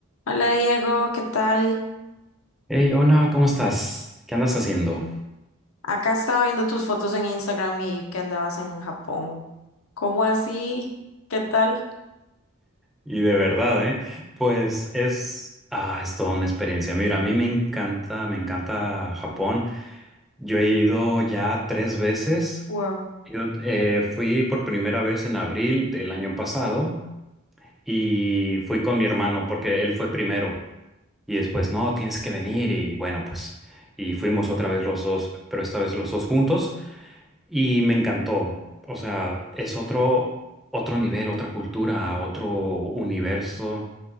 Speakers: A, on the left (about 75°); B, in the centre.
A: Hola Diego, ¿qué tal?
B: Hey, hola, ¿cómo estás? ¿Qué andas haciendo?
A: Acá estaba viendo tus fotos en Instagram y que andabas en Japón. ¿Cómo así? ¿Qué tal?
B: Y de verdad, ¿eh? Pues es, ah, es toda una experiencia. Mira, a mí me encanta, me encanta Japón. Yo he ido ya tres veces.
A: Wow.
B: Yo, eh, fui por primera vez en abril del año pasado y fui con mi hermano porque él fue primero. Y después, no, tienes que venir y bueno, pues, y fuimos otra vez los dos, pero esta vez los dos juntos. Y me encantó. O sea, es otro, otro nivel, otra cultura, otro universo.